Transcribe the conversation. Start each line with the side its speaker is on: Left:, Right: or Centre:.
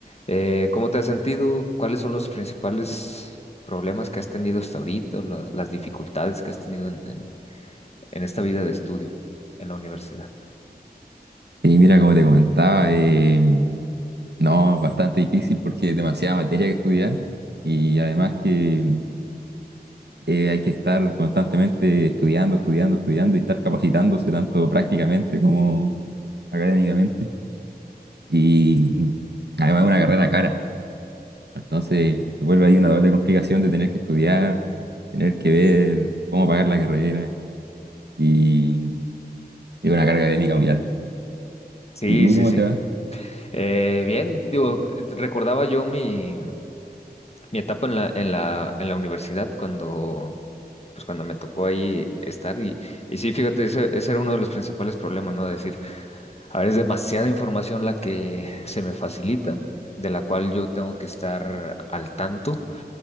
Left: eh, ¿cómo te has sentido? ¿Cuáles son los principales problemas que has tenido hasta ahorita, o la- las dificultades que has tenido en, en- en esta vida de estudio en la universidad?
Right: Y mira, como te comentaba, eh, no, es bastante difícil porque es demasiada materia que estudiar y además que eh, hay que estar constantemente estudiando, estudiando, estudiando y estar capacitándose tanto prácticamente como académicamente. Y además es una carrera cara, entonces se vuelve ahí una doble complicación de tener que estudiar, tener que ver cómo pagar la carrera y es una carga académica muy alta.
Left: Sí,
Right: ¿Y tú
Left: sí,
Right: cómo
Left: sí.
Right: te va?
Left: Eh, bien, digo, recordaba yo mi, Mi etapa en la, en la, en la universidad cuando, pues cuando me tocó ahí estar y, y sí, fíjate, ese, ese era uno de los principales problemas, ¿no? Decir, a ver, es demasiada información la que se me facilita, de la cual yo tengo que estar al tanto